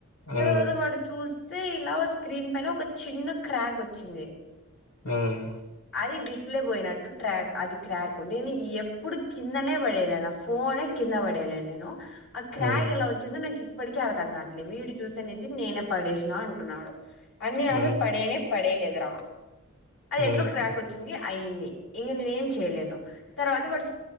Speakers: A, on the left (about 80°); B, on the left (about 60°).
A: హ్మ్.
B: తర్వాత వాడు చూస్తే ఇలా స్క్రీన్ పైన ఒక చిన్న క్రాక్ వచ్చింది
A: ఉమ్
B: అదీ డిస్ప్లే బోయినట్టు ట్రాక్ అది క్రాకు నేను ఎప్పుడు కిందనే పడేల్యా న ఫోనే కింద పడయలే నేను ఆ క్రాగ్
A: హ్మ్.
B: ఎలా చ్చిందో నాక్ ఇప్పటికీ అర్తం కాట్లేదు వీడు చూస్తే నీతి నేనే పడేసినా అంటున్నాడు అన్నీ
A: హ్మ్.
B: అసద్ పడేనే పడేలేదు రా అదెట్లో
A: హ్మ్.
B: క్రాక్ వచ్చింది అయ్యింది ఇంగ నువ్ ఏం చేయలేను తర్వాత వాడు